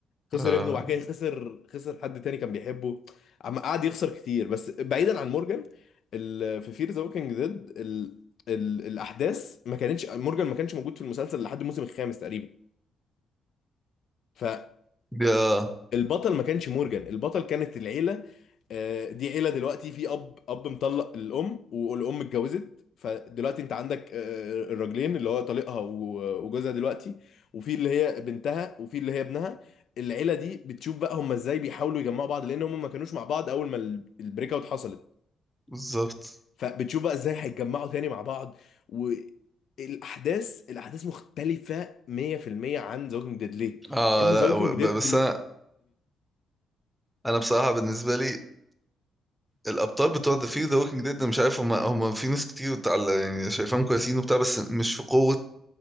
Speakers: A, on the left; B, in the centre.
A: خسر
B: اه
A: ابنه وبعد كده خسر خسر حد تاني كان بيحبه عم قعد يخسر كتير بس بعيدا عن مورجان ال... في فير ذا ووكينج ديد ال... ال... الاحداث ما كانتش مورجان ما كانش موجود في المسلسل لحد الموسم الخامس تقريبا فال
B: دي اه
A: البطل ما كانش مورجان البطل كانت العيله آه، دي عيله دلوقتي في اب اب مطلق الام والام اتجوزت فدلوقتي انت عندك آه، الراجلين اللي هو طليقها و- وجوزها دلوقتي وفي اللي هي بنتها وفي اللي هي ابنها العيله دي بتشوف بقى هم ازاي بيحاولوا يجمعوا بعض لان هم ما كانوش مع بعض اول ما ال- البريك اوت حصلت
B: بالظبط
A: فبتشوف بقى ازاي هيتجمعوا تاني مع بعض والاحداث الاحداث مختلفه 100% عن ذا ووكينج ديد ليه؟
B: اه
A: لان
B: لا
A: ذا ووكينج
B: و- ب-
A: ديد
B: بس انا انا بصراحه بالنسبه لي الابطال بتوع ذا في ذا ووكينج ديد مش عارف هم هم في ناس كتير بتاع يعني شايفاهم كويسين وبتاع بس مش في قوه